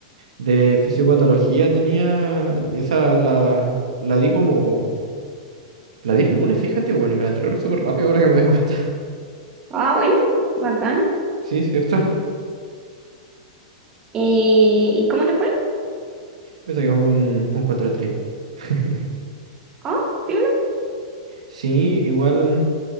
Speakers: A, on the right (about 85°); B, on the right (about 25°).
A: De fisiopatología tenía, esa la, la di como, la di el lunes, fíjate, weón, y me la entregaron súper rápido ahora que me doy cuenta. <laughs>
B: Ah, bueno, bacán.
A: Sí, cierto.
B: ¿Y, y cómo te fue?
A: Me saqué un, un cuatro tres. <laughs>
B: Ah, piola.
A: Sí, igual